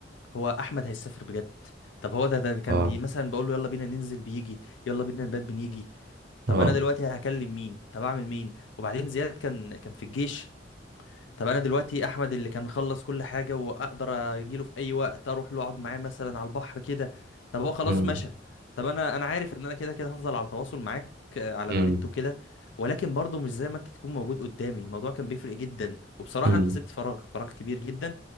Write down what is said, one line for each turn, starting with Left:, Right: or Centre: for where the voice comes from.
Left: هو احمد هيسافر بجد طب هو ده ده كان
Right: اه
Left: بي مثلا بقول له يلا بينا ننزل بيجي يلا بينا نبات بنيجي طب
Right: اه
Left: انا دلوقتي هكلم مين طب اعمل مين وبعدين زياد كان كان في الجيش طب انا دلوقتي احمد اللي كان خلص كل حاجه واقدر اجيله في اي وقت اروح له اقعد معاه مثلا على البحر كده طب هو خلاص
Right: امم
Left: مشى طب انا انا عارف ان انا كده كده هفضل على تواصل معاك آه، على
Right: امم
Left: النت وكده ولكن برضه مش زي ما انت تكون موجود قدامي الموضوع كان بيفرق جدا وبصراحه
Right: امم
Left: انت سبت فراغ فراغ كبير جدا